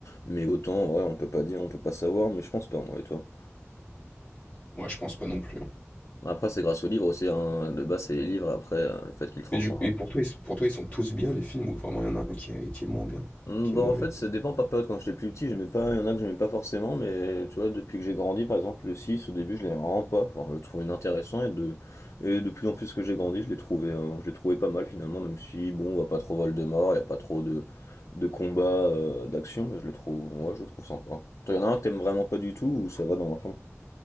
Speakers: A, on the left; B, on the left.
A: Mais autant, ouais, on peut pas dire, on peut pas savoir, mais je pense pas, moi et toi.
B: Ouais, je pense pas non plus. hein.
A: Après, c'est grâce aux livres aussi, hein, de base, c'est les livres, après, euh, le fait qu'ils transforment
B: Et, du, et pour toi, ils, pour toi, ils sont tous bien les films ou vraiment il y en a un qui est, qui est moins bien,
A: Mm,
B: qui
A: Bah
B: est mauvais?
A: en fait ça dépend par période. Quand j'étais plus petit, j'aimais pas, il y en a que j'aimais pas forcément, mais tu vois, depuis que j'ai grandi, par exemple le 6 au début je l'aimais vraiment pas. Enfin, je le trouvais inintéressant et de, et de plus en plus que j'ai grandi, je l'ai trouvé, euh, je l'ai trouvé pas mal finalement, même si bon, on va pas trop Voldemort, il y a pas trop de, de combats, euh, d'action, mais je le trouve, ouais, je le trouve sympa. Toi, il y en a un que t'aimes vraiment pas du tout ou ça va dans l'ensemble?